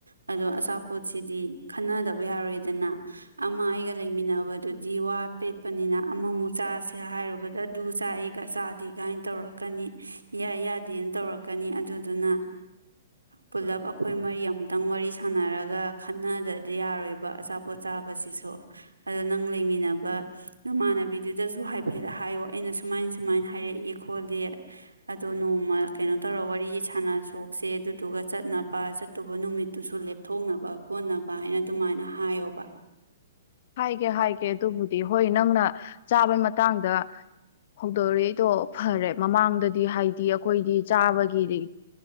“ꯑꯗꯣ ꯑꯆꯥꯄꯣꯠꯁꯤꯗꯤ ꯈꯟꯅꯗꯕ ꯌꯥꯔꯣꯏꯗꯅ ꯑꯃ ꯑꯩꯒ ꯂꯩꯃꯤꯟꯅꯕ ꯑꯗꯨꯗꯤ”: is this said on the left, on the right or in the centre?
Right